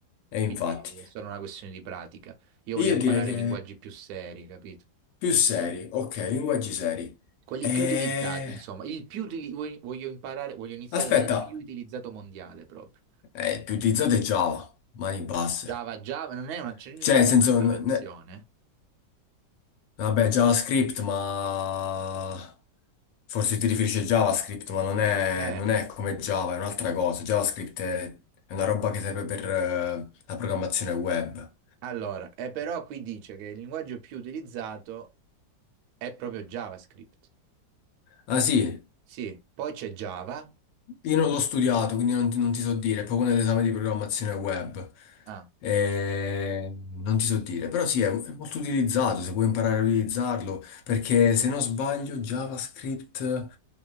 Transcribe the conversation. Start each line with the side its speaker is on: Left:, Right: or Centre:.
Left: e
Right: Quindi
Left: infatti.
Right: è solo una questione di pratica. Io voglio
Left: Io
Right: imparare
Left: direi che
Right: linguaggi più seri, capito?
Left: più seri, ok, linguaggi seri.
Right: Quelli
Left: E...
Right: più utilizzati, insomma. Il più utili- voglio voglio imparare, voglio iniziare
Left: Aspetta,
Right: dal più utilizzato mondiale proprio.
Left: eh, più utilizzate Java, mani basse.
Right: Java, Java, non è una, c'è- non
Left: Cioè,
Right: c'è
Left: nel
Right: anche
Left: senso,
Right: un'altra
Left: n-
Right: versione.
Left: Vabbè, JavaScript, ma forse ti riferisci a JavaScript, ma non è,
Right: Eh,
Left: non è come Java, è un'altra cosa. JavaScript è, è una roba che serve per eh, la programmazione web.
Right: Allora, eh, però qui dice che il linguaggio più utilizzato è proprio JavaScript.
Left: Ah sì,
Right: Sì, poi c'è Java.
Left: io non l'ho studiato, quindi non ti, non ti so dire, è proprio nell'esame di programmazione web.
Right: Ah,
Left: Eh, non ti so dire, però sì, è è molto utilizzato, se puoi imparare a utilizzarlo, perché se non sbaglio JavaScript